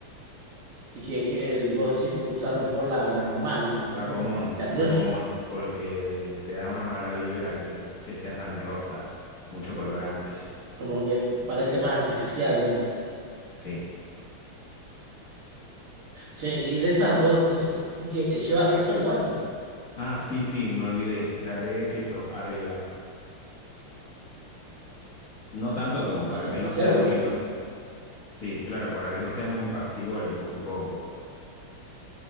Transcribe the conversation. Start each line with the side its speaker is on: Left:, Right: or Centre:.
Right: Y que, que el- vos decís usar mejor la, la normal, la que es común,
Left: La común,
Right: la
Left: la
Right: criolla.
Left: común, porque de- te da una mala vibra que, que sea tan rosa, mucho colorante.
Right: Como que parece más artificial, digamos.
Left: Sí.
Right: Che, y de esas vos decís que lleva queso igual, ¿no?
Left: Ah, sí, sí, me olvidé, le agregué queso arriba. No tanto
Right: Y
Left: como
Right: algún
Left: para
Right: queso
Left: que
Right: en especial
Left: no sea
Right: o
Left: muy
Right: cualquiera.
Left: invasivo. Sí, claro, para que no sea muy impasivo le puse poco.